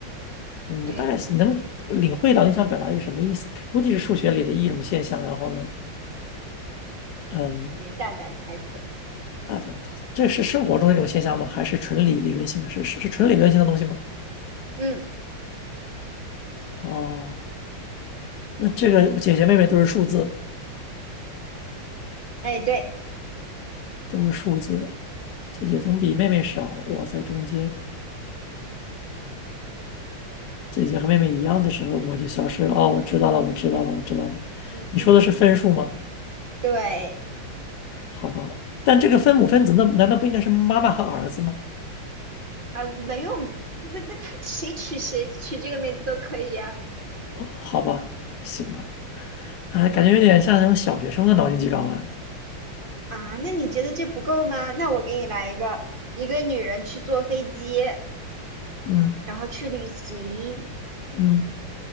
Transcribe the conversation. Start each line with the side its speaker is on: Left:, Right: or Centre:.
Left: 嗯，
Right: 对，
Left: 我大概是能领会到你想表达一个什么意思，估计是数学里的一种现象。然后呢，嗯，
Right: 你大胆猜测，
Left: 那这这是生活中的一种现象吗？还是纯理理论性的？是是是纯理论性的东西吗？
Right: 嗯，
Left: 哦，那这个姐姐妹妹都是数字。
Right: 哎，对，
Left: 都是数字。姐姐总比妹妹少，我在中间。姐姐和妹妹一样的时候，我就消失了。哦，我知道了，我知道了，我知道了。
Right: 嗯嗯嗯，
Left: 你说的是分数吗？
Right: 对，
Left: 好吧，但这个分母分子那难道不应该是妈妈和儿子吗？
Right: 啊，没有，这这他谁取谁取这个名字都可以啊，
Left: 哦，好吧，行吧。哎，感觉有点像那种小学生的脑筋急转弯。
Right: 啊，那你觉得这不够吗？那我给你来一个，一个女人去坐飞机，
Left: 嗯
Right: 然后去旅行，
Left: 嗯，